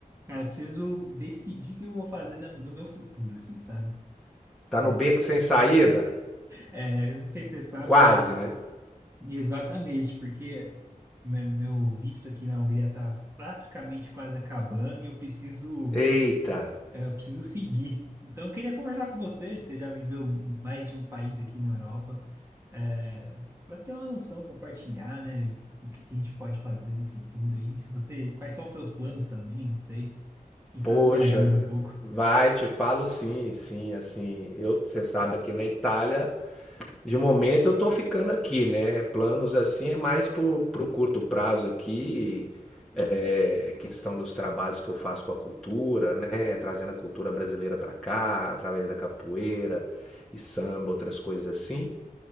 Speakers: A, on the right (about 20°); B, in the centre.
A: cara, eu preciso decidir o que eu vou fazer da- do meu futuro, assim, sabe?
B: Tá
A: Por-
B: no beco sem saída?
A: é, eu não sei se você sabe,
B: Quase,
A: mas
B: né?
A: exatamente, porque me- meu visto aqui na Hungria tá praticamente quase acabando e eu preciso
B: Eita,
A: É, eu preciso seguir. Então, eu queria conversar com você. Você já viveu mais de um país aqui na Europa, é, para ter uma noção, compartilhar, né? O que que a gente pode fazer no futuro aí? Se você, quais são os seus planos também? Eu não sei. Quem sabe
B: poxa,
A: me ajuda um pouco.
B: vai, te falo sim, sim, assim. Eu, você sabe, aqui na Itália De momento eu tô ficando aqui, né? Planos assim é mais pro, pro curto prazo aqui, é, questão dos trabalhos que eu faço com a cultura, né? Trazendo a cultura brasileira para cá, através da capoeira e samba, outras coisas assim.